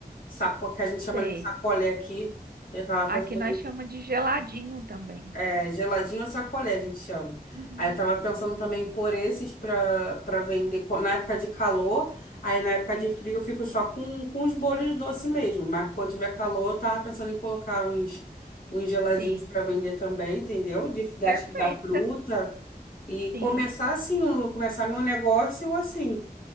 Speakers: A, on the left; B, on the right.
A: saco, que a gente chama
B: sei.
A: de sacolé aqui. Eu tava
B: Aqui
A: pensando
B: nós chamamos de geladinho também.
A: é, geladinho ou sacolé, a gente chama.
B: Uhum.
A: Aí eu tava pensando também em pôr esses pra, pra vender co- na época de calor. Aí na época
B: Sim,
A: de frio eu fico só com, com os bolos doce mesmo. Mas quando tiver calor, eu tava pensando em colocar uns, uns geladinhos
B: sim.
A: pra vender também, entendeu? De, da,
B: Perfeito.
A: da fruta.
B: Você tá-
A: E começar
B: Sim,
A: assim, o- começar meu negócio assim,